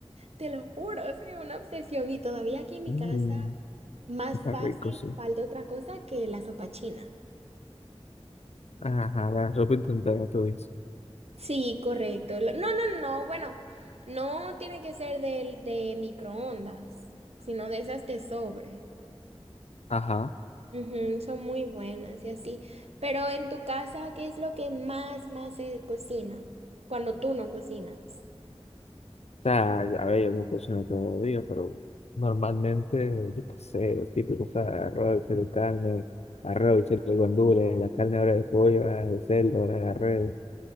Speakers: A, on the right; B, on the left.
A: Te lo juro, es una obsesión. Y todavía aquí en mi
B: Mm,
A: casa, más fácil
B: qué rico, sí.
A: falta otra cosa que la sopa china.
B: Ajá, la sopa instantánea, tú dices.
A: Sí, correcto. Lo- No, no, no, no, bueno, no tiene que ser de, de microondas, sino de esas de sobre.
B: Ajá.
A: Ujú, son muy buenas y así. Pero en tu casa, ¿qué es lo que más, más se cocina cuando tú no cocinas?
B: sea, a ver, yo no cocino todos los días, pero normalmente, yo qué sé, los típicos, o sea, arroz, bichuela y carne, arroz, bichuela y guandules, la carne ahora de pollo, ahora de cerdo, ahora de res,